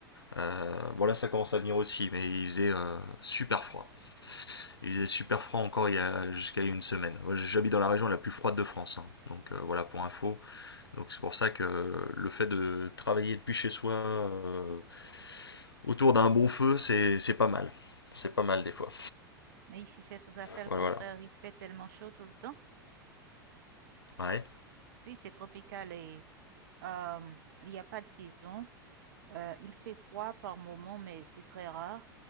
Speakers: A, on the left; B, on the right.
A: Euh, bon, là, ça commence à venir aussi, mais il faisait euh, super froid. Il faisait super froid encore il y a jusqu'à une semaine. Moi, J'habite dans la région la plus froide de France, hein. donc euh, voilà pour info. Donc c'est pour ça que le fait de travailler depuis chez soi euh, autour d'un bon feu, c'est c'est pas mal. C'est pas mal des fois.
B: Mais ici, c'est tout à fait le
A: Voilà.
B: contraire. Il fait tellement chaud tout le temps.
A: voilà. Ouais.
B: Oui, c'est tropical et euh, il n'y a pas de saison. Euh, il fait froid par moment, mais c'est très rare.